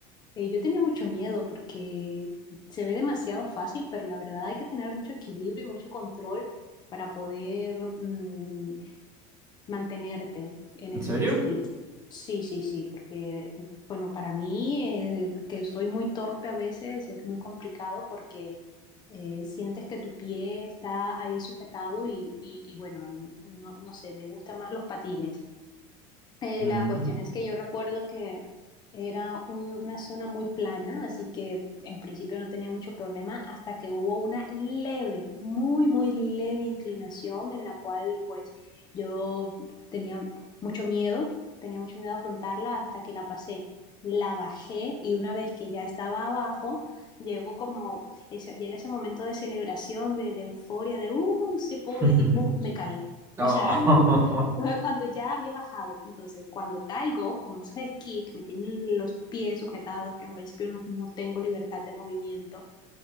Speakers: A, on the left; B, on the right.
A: eh, yo tenía mucho miedo porque se ve demasiado fácil, pero la verdad hay que tener mucho equilibrio y mucho control para poder mm, mantenerte en
B: ¿En
A: esos
B: serio?
A: skills. Sí, sí, sí, porque, bueno, para mí, eh, que soy muy torpe a veces, es muy complicado porque eh, sientes que tu pie está ahí sujetado y, y, y bueno, no, no sé, me gustan más los patines. Eh,
B: Mm.
A: la cuestión es que yo recuerdo que era un- una zona muy plana, así que en principio no tenía mucho problema hasta que hubo una leve, muy, muy leve inclinación en la cual pues yo tenía mucho miedo, tenía mucho miedo a afrontarla hasta que la pasé. La bajé y una vez que ya estaba abajo, llegó como ese, llega ese momento de celebración, de, de euforia, de ¡uh! se pude
B: <laughs>
A: y ¡pum! me caí.
B: Oh,
A: O sea, <laughs> <laughs> Entonces,
B: <laughs>
A: cuando ya había bajado, entonces cuando caigo con esos esquís que me tienen los pies sujetados, que en principio no, no tengo libertad de movimiento,